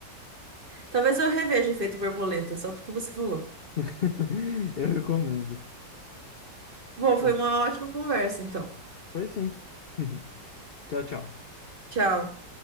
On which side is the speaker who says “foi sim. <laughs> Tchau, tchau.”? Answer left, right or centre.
Left